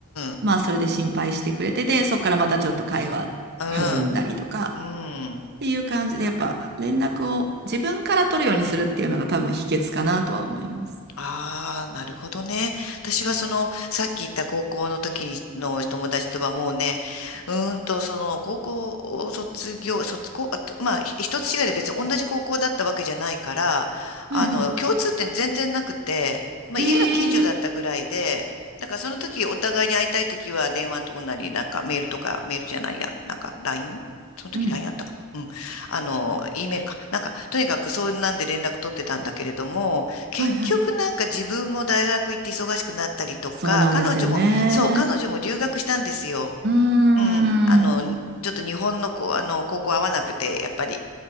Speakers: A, on the left; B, on the right.
A: ん、
B: まあそれで心配してくれて、で、そっからまたちょっと会話弾んだりとか
A: うん、うん、
B: っていう感じで、やっぱ連絡を自分から取るようにするっていうのが多分秘訣かなとは思います。
A: うん。ああ、なるほどね。私はその、さっき言った高校の時にの友達とはもうね、うーんと、その、高校を卒業、卒高、あとまあ、ひ一つ違いで別に同じ高校だったわけじゃないから、
B: はいはい。
A: あの、共通点全然なくて、まあ、
B: ええ
A: 家が近所だったぐらいで、だからその時お互いに会いたい時は電話とかなり、なんかメールとか、メールじゃないや、なんか LINE? その時ライン
B: うん
A: e あったかなうん。あの、E メールか。なんか、とにかくそんなんで連絡取ってたんだけれども、結局なんか自分も大学行って忙しくなったりとか、
B: はいはい。そうなんですよね。
A: 彼女も、そう、彼女も留学したんですよ。
B: うーん。
A: うん。あの、ちょっと日本のこう、あの、高校合わなくて、やっぱり。